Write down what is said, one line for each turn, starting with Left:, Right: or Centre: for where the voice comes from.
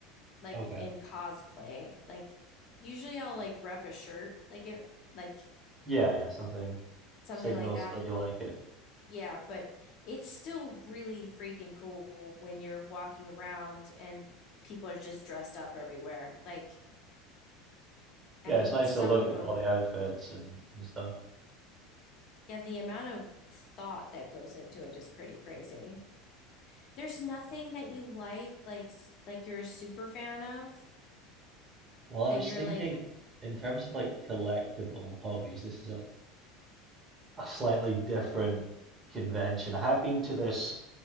Left: like
Right: Okay.
Left: in cosplay. Like, usually I'll like rep a shirt, like it, like
Right: Yeah, yeah, something
Left: something
Right: signals
Left: like that.
Right: that you like it.
Left: Yeah, but it's still really freaking cool when you're walking around and people are just dressed up everywhere. Like,
Right: Yeah,
Left: I mean,
Right: it's nice
Left: some
Right: to look
Left: of
Right: at
Left: them,
Right: all the outfits and, and stuff.
Left: yeah, the amount of thought that goes into it is pretty crazy. There's nothing that you like, like s- like you're a super fan of
Right: Well, I
Left: that
Right: was
Left: you're
Right: thinking
Left: like,
Right: in terms of like collectible hobbies, this is a, a slightly different convention. I have been to this